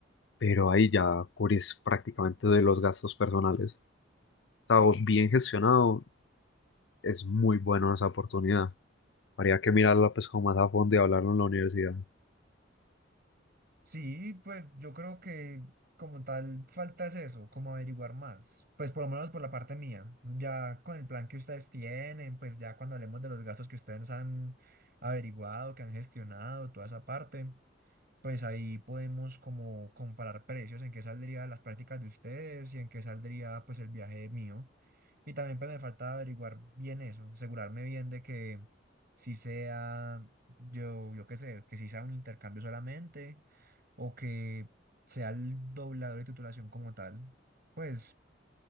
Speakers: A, on the left; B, on the right.
A: pero ahí ya cubrís prácticamente de los gastos personales. O sea, vos bien gestionado, es muy bueno esa oportunidad. Habría que mirarla pues como más a fondo y hablarlo en la universidad.
B: Sí, pues yo creo que como tal falta es eso, como averiguar más, pues por lo menos por la parte mía, ya con el plan que ustedes tienen, pues ya cuando hablemos de los gastos que ustedes han averiguado, que han gestionado, toda esa parte, pues ahí podemos como comparar precios, en qué saldría las prácticas de ustedes y en qué saldría pues el viaje mío. Y también pues me falta averiguar bien eso, asegurarme bien de que si sea, yo, yo qué sé, que si sea un intercambio solamente o que sea el doblador de titulación como tal. Pues